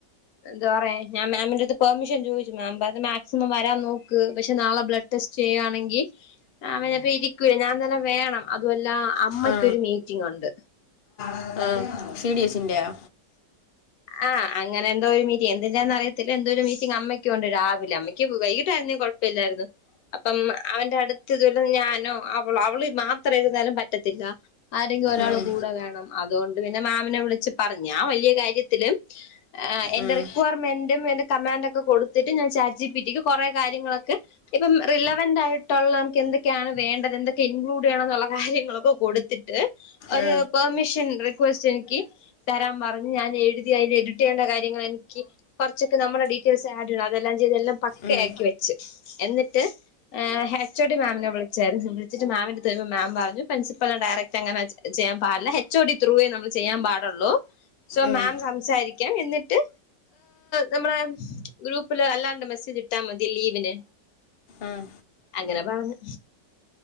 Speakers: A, on the left; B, on the left.
A: എന്തോ പറയാൻ ഞാൻ മാമിന്റെട്ത് പെർമിഷൻ ചോയ്ച്ചു മാം പറഞ് മാക്സിമം വരാൻ നോക്ക് പക്ഷെ നാളെ ബ്ലഡ് ടെസ്റ്റ് ചെയ്യാണെങ്കി ആ അവനിപ്പോ ഇരിക്കുല ഞാൻ തന്നെ വേണം ന്ന അതു അല്ല അമ്മക്കൊരു
B: ആ
A: മീറ്റിംഗ് ഉണ്ട്.
B: ആ സി ഡി എസ്സി ന്റെയോ?
A: ആഹ് അങ്ങനെ എന്തോ ഒരു മീറ്റി് എന്ത് ന്ന അറിയത്തില്ല എന്തോ ഒരു മീറ്റിംഗ് അമ്മയ് ക്യാണ്ട് രാവിലെ അമ്മയ്ക്ക് വൈകിട്ടായിരുന്നെ കൊഴപ്പ ല്ലായിരുന്നു അപ്പം അവന്റെ അടുത്ത് ഇതൊല്ല ഞാനോ, അവളൊ, അളവ് മാത്രം ഇരുന്നാലും പറ്റത്തില്ല ആരെങ്കിലും ഒരാള്
B: ഉം
A: കൂടെ വേണം അതോണ്ട് അത് പിന്നെ മാമിനെ വിളിച്ച് പറഞ്ഞ് ഞാൻ വല്ല്യയ കാര്യത്ത് ത്തിലും ആ എന്റെ
B: ഉം
A: റിക്വയർമെന്റും എടുത് കമാൻ്റൊകെ കൊടുത്തിട്ട് ഞാൻ ചാറ്റ് ജി പി ട്ടി ക്ക് കൊറേ കാര്യങ്ങളൊക്കെ ഇപ്പം റിലവന്റ് ആയിട്ടൊള്ളവർക്ക് എന്നെക്കെയാണ് വേണ്ടത് എന്തൊക്കെ ഇൻക്ലൂഡ് വേണ ന്നുള്ള കാര്യങ്ങളൊക്കെ കൊടുത്തിട്ട് ഒര്
B: ആ
A: പെർമിഷൻ റി ക്വസ്റ്റ് എൻക്കി തരാൻ പറഞ് ഞാൻ എഴുതി എടിറ്റ് ചെയ കഴിഞ്എഡിറ്റ് ചെയ്യേണ്ട കാര്യങ്ങൾ എനിക്കി കൊർച്ചൊക്കെ നമ്മുടെ ഡീറ്റെയിൽസ് ആഡ് ഡ് അതെല്ലാം ചെയ്ത് എല്ലാം പക്ക
B: ഉം
A: ആക്കി വെച്ച് എന്നിട്ട് <unintelligible> ഹെ ഒച്ച ഡി മാമിനെ വിളിച്ച് <unintelligible> വിളിച്ചിട്ട് മാമിന്റെട്ത് ചൊയ്ചപം മാം പറഞ്ഞു പ്രിൻസിപ്പൽ ഡയറക്റ്റ് അങ്ങനെ ചെയ്യാൻ പാടില്ല ഹെച്ച്ഒ ഡി ത്രൂവേ നമ്മൾ ചെയ്യാൻ പാടുള്ളൂ സോ
B: ഉം
A: മാം സം സംസാരിക്കാം എന്നിട്ട് നമ്മളെ ഹ് ഗ്രൂപ്പില് അല്ലാണ്ട് മെസേജ് ഇട്ടാ മതി ലീവിന്
B: ഉം
A: അങ്ങനെ പറഞ്ഞ്